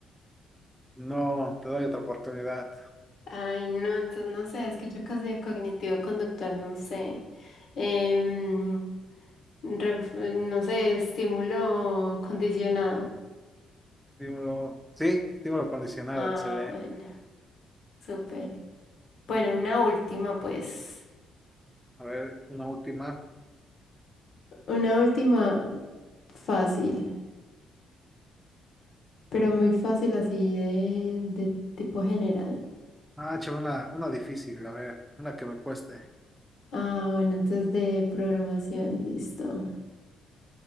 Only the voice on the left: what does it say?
Ay, no, entonces no sé, es que yo casi de cognitivo conductual, no sé. Em, ref- no sé, estímulo condicionado.
Ah,
bueno, súper. Bueno, una última, pues.
Una última fácil, pero muy fácil así de, de tipo general.
Ah, bueno, entonces de programación, listo.